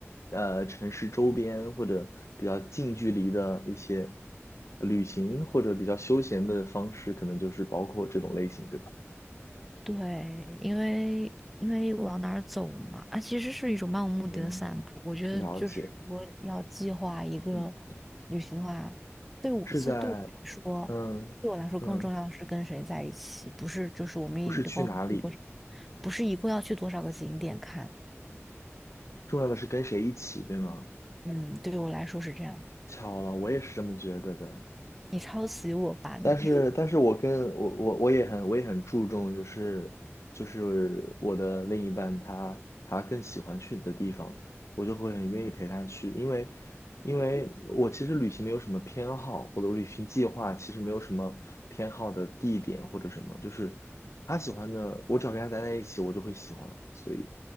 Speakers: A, on the left; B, in the centre.
A: 呃，城市周边或者比较近距离的一些旅行，或者比较休闲的方式，可能就是包括这种类型，对吧？
B: 对，因为因为往哪儿走嘛，啊，其实是一种漫无目的的散步。
A: 嗯，
B: 我觉得就是如果要计划一个
A: 了解。嗯，
B: 旅行的话，对我次对我来说，
A: 是在嗯嗯。
B: 对我来说更重要的是跟谁在一起，不是就是我们一共要去多少，
A: 不是去哪里，
B: 不是一共要去多少个景点看。
A: 重要的是跟谁一起，对吗？
B: 嗯，对我来说是这样。
A: 巧了，我也是这么觉得的。
B: 你抄袭我吧你，
A: 但是，但是我跟我我我也很我也很注重，就是就是我的另一半他他更喜欢去的地方，我就会很愿意陪他去，因为因为我其实旅行没有什么偏好，我的旅行计划其实没有什么偏好的地点或者什么，就是他喜欢的，我只要跟他待在一起，我就会喜欢，所以